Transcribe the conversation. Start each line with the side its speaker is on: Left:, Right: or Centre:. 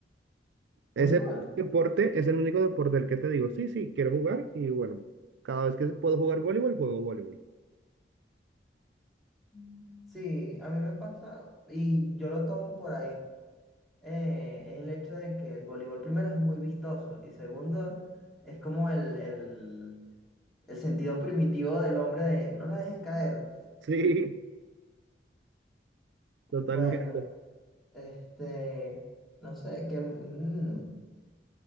Right: Es
Centre: Voleibol.
Right: el deporte, es el único deporte al que te digo, sí, sí, quiero jugar y bueno, cada vez que puedo jugar voleibol, juego voleibol.
Centre: Mm. Sí, a mí me pasa y yo lo tomo por ahí. eh, es el hecho de que el voleibol primero es muy vistoso y segundo es como el, el, el sentido primitivo del hombre de no la dejes caer.
Right: Sí, totalmente.
Centre: Bueno, este, no sé, ¿qué, mm,